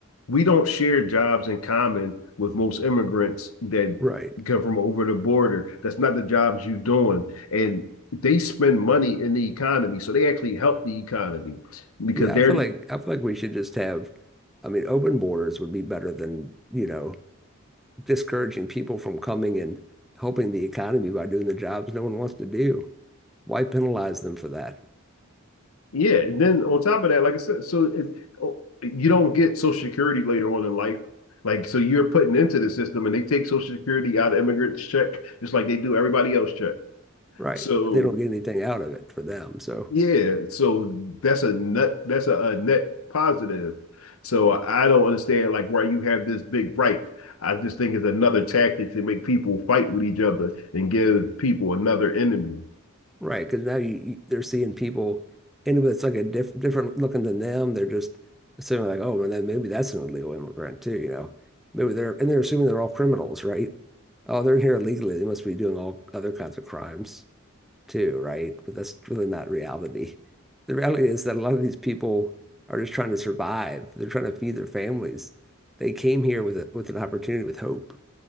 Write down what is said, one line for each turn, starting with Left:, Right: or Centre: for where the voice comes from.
Left: we don't share jobs in common with most immigrants that
Centre: Right.
Left: come from over the border. That's not the jobs you're doing. And they spend money in the economy. So they actually help the economy because
Centre: Yeah,
Left: they're,
Centre: I feel like I feel like we should just have, I mean, open borders would be better than, you know, discouraging people from coming and helping the economy by doing the jobs no one wants to do. Why penalize them for that?
Left: yeah. And then on top of that, like I said, so it, oh, you don't get Social Security later on in life. Like, so you're putting into the system and they take Social Security out of immigrants' check, just like they do everybody else check.
Centre: Right.
Left: So
Centre: But they don't get anything out of it for them. So,
Left: Yeah, so that's a net that's a, a net positive. So I don't understand like why you have this big gripe. I just think it's another tactic to make people fight with each other and give people another enemy.
Centre: right, because now you, you they're seeing people and if it's like a diff, different looking than them. They're just assuming like, oh, well, then maybe that's an illegal immigrant too, you know. Maybe they're and they're assuming they're all criminals, right? Oh, they're here illegally. They must be doing all other kinds of crimes. too, right? But that's really not reality. The reality is that a lot of these people are just trying to survive. They're trying to feed their families. They came here with a, with an opportunity, with hope,